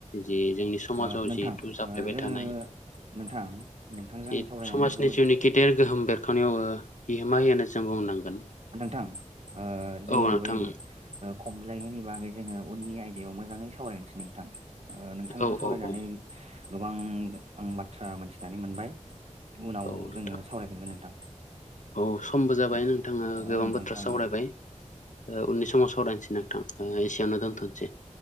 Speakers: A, on the left; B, on the right.
A: जि जोंनि समाजाव
B: ओ नोंथां
A: जिहेतु जाफ्लेबाय
B: ओ जोङो
A: थानाय
B: नोंथां
A: <inaudible>
B: नोंथांजों
A: जि
B: सावरायनानै
A: समाजनि
B: जोबोद
A: जिउनि गेदेर गोहोम बेर खावनायाव बिहोमा हो होननानै जों बुंनांगोन।
B: नोंथां जोङो
A: औ नोंथां
B: बै खमलायनायनि बागै जोङो उननि आयदायाव मोजाङै सावरायनोसै नोंथां। नोंथांजों
A: औ
B: सावरायनानै
A: औ औ
B: गोबां आं बाथ्रा मोनथिनानै मोनबाय। उनाव
A: औ नोंथां
B: जोङो सावरायफिनगोन नोंथां
A: औ समबो जाबाय नोंथाङा गोबां
B: ओं
A: बाथ्रा
B: नोंथां
A: सावरायबाय।
B: ओं
A: उननि समाव सावरायनोसै नोंथां एसियावनो दोनथनोसै। <inaudible>